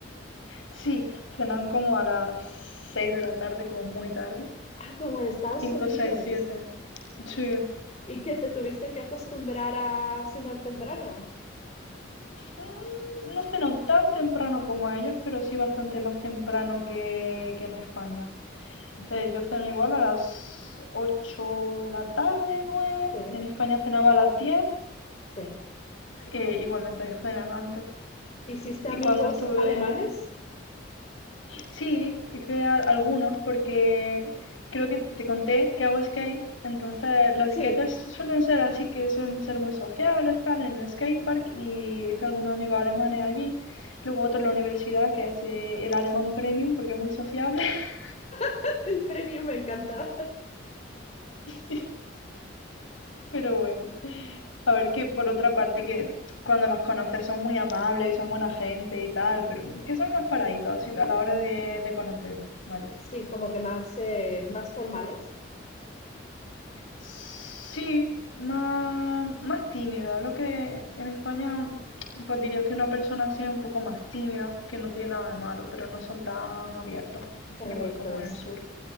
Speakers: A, on the left; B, on the left.
A: Sí, cenan como a las 6 de la tarde, como muy tarde.
B: Ah, como en Estados
A: cinco,
B: Unidos.
A: 6, 7. Sí.
B: Y que te tuviste que acostumbrar a cenar temprano.
A: Mm, No ceno tan temprano como ellos, pero sí bastante más temprano que, que en España.
B: Ujú.
A: Eh, yo ceno igual a las 8 de la tarde, nueve.
B: Sí,
A: En España cenaba a las 10,
B: sí.
A: eh, igualmente ellos cenan antes.
B: ¿Hiciste amigos
A: Y cuando estuve...
B: alemanes?
A: Sí, hice a- algunos porque creo que te conté que hago skate, entonces los
B: Sí,
A: skaters suelen ser así que suelen ser muy sociables, tal, en el skatepark y hice algunos amigos alemanes allí. Luego otro en la universidad que es eh, el alemán premium porque es muy sociable. <laughs>
B: <laughs> el premio me encanta.
A: Sí. Pero bueno, a ver que por otra parte que cuando los conoces son muy amables y son buena gente y tal, pero que son más paraditos así a la hora de, de conocerlos, vaya.
B: Sí, como que más, eh, más formales,
A: Sí, más, más tímida. Lo que en España, un- pues dirías que una persona así es un poco más tímida, que no tiene nada de malo, pero no son tan abiertos,
B: tan
A: igual
B: abiertos.
A: como en el sur.